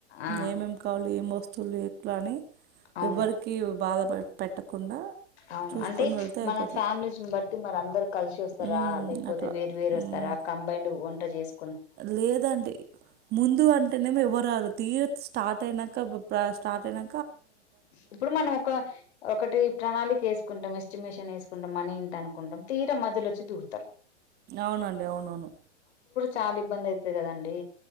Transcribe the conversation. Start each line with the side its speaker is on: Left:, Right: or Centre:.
Left: ఆ
Right: ఏమేమి కావాలి ఏం వస్తువులు ఎట్లాని
Left: అవును
Right: ఎవ్వరికీ బాధ పెట్టకుండా
Left: అవును
Right: చూసుకొని
Left: అంటే
Right: వెళ్తే
Left: మన
Right: అయిపోతది
Left: ఫ్యామిలీస్ని బట్టి మరి అందరు కలిసి వస్త స్తారా
Right: ఉమ్
Left: లేకపోతే
Right: అట్లా
Left: వేరు వేరు వస్తారా
Right: ఉమ్
Left: కంబైండ్ వంట చేసి
Right: లేదండి ముందు అంటేనేమి ఎవరారు తీ స్టార్ట్ అయినాక స్టార్ట్ అయినా
Left: ఇప్పుడు మనం ఒక ఒకటి ప్రణాళిక వేసుకుంటాం ఎస్టిమేషన్ వేసుకుంటా మనీ ఇంత అనుకుంటాం తీర మధ్యలో వచ్చి దూరుతారు
Right: అవునండి అవునవును
Left: చాలా ఇబ్బందయిత్ అండి